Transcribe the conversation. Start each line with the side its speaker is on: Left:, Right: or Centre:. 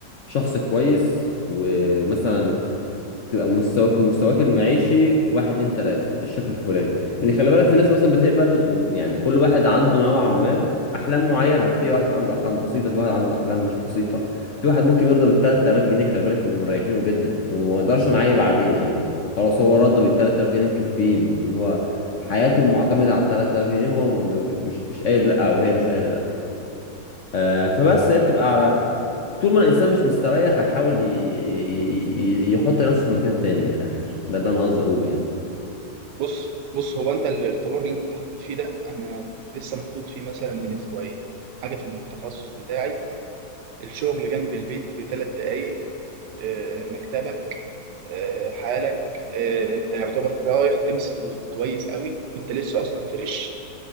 Left: شخص كويس ومثلا تبقى مستواك مستواك المعيشي واحد اتنين تلاتة بالشكل الفلاني اللي خلي بالك في ناس مثلا بتقبل إن- يعني كل واحد عنده نوعا ما أحلام معينة في واحد عنده أحلام بسيطة في واحد عنده أحلام مش بسيطة في واحد ممكن يرضى بالتلات آلاف جنيه خلي بالك يبقوا مريحينه جدا وما يقدرش نعيب عليه يعني خلاص هو راضي بالتلات آلاف جنيه مكفيين وهو حياته معتمدة على التلات آلاف جنيه وهو م- ب- ب- مش مش قايل لأ أو هي مش قايلة لأ آه فبس هي بتبقى على طول ما الانسان مش مستريح هيحاول ي- ي- ي- يحط نفسه في مكان تاني من الاخر ده اللي انا قصدي اقوله يعني
Right: بص بص هو انت الاختبار اللي انت اتحطيت فيه ده انا لسه محطوط فيه مثلا من اسبوعين حاجه في التخصص بتاعي الشغل جنب البيت بثلاث دقائق آه، مكتبك آه، حالك آه، انت يعتبر رايح تمسك كويس قوي وانت لسه اصلا فريش